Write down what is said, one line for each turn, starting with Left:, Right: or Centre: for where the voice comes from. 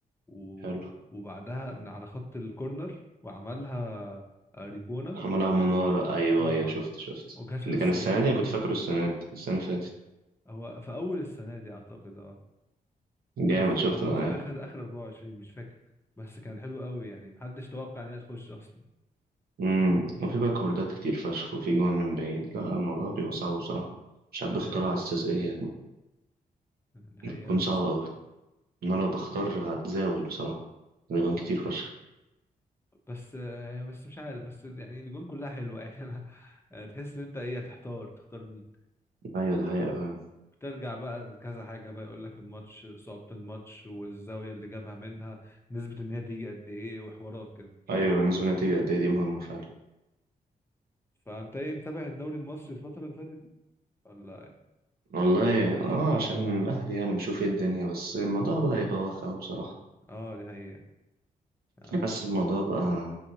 Left: و...
Right: حلو
Left: وبعدها من على خط الكورنر وعملها آه، ريبونا
Right: عملها من ورا ايوه
Left: اه
Right: ايوه شفت شفت
Left: وكانت في
Right: ده
Left: 90
Right: كان السنه دي انا كنت فاكره السنه دي السنه اللي فاتت
Left: هو في اول السنه دي اعتقد اه
Right: جامد
Left: او في...
Right: شفت
Left: او
Right: انا
Left: في
Right: ايوه
Left: اخر اخر 24 مش فاكر بس كان حلو قوي يعني محدش توقع ان هي تخش اصلا
Right: امم وفي باكوردات كتير فشخ وفي جوان من بعيد لا الموضوع
Left: امم
Right: بيبقى صعب بصراحة مش عارف
Left: ايوه
Right: بيختارها على
Left: ايوه
Right: أساس إيه يعني
Left: دي حقيقه
Right: بتكون صعبة أوي أنا لو بختار هتزاول بصراحة الأجوان كتير فشخ
Left: بس آه، يعني بس مش عارف بس يعني الجون كلها حلوه يعني <laughs> انا آه، تحس ان انت ايه هتحتار تختار مين
Right: أيوة ده حقيقة فعلا
Left: ترجع بقى لكذا حاجه بقى يقول لك الماتش صعوبه الماتش والزاويه اللي جابها منها نسبه ان هي تيجي قد ايه وحوارات كده
Right: أيوة نسبة نتيجة قد إيه دي مهمة فعلا
Left: فانت ايه متابع الدوري المصري الفتره اللي فاتت دي ولا
Right: والله اه عشان الأهلي يعني بشوف ايه الدنيا بس الموضوع بدأ يبقى واخد أوي بصراحة
Left: اه دي حقيقه آه.
Right: حاسس الموضوع بقى